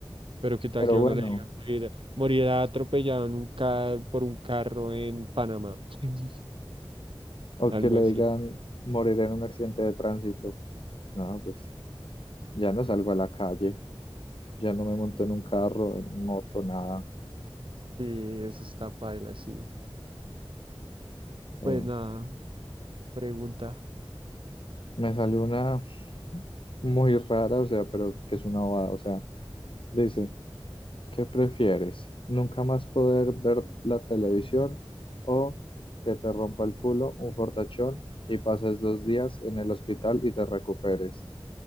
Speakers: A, on the right; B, on the left.
A: Pero ¿qué tal
B: pero
A: que a
B: bueno.
A: uno le digan, morirá, morirá atropellado en un ca- por un carro en Panamá? <laughs>
B: O
A: Algo
B: que le
A: así.
B: digan morir en un accidente de tránsito. No, pues ya no salgo a la calle, ya no me monto en un carro, en moto, nada.
A: Sí, eso está paila, sí.
B: Eh,
A: Pues nada, pregunta.
B: me salió una muy rara, o sea, pero que es una bobada. O sea, dice, ¿qué prefieres? ¿Nunca más poder ver la televisión o que te rompa el culo, un fortachón y pases dos días en el hospital y te recuperes?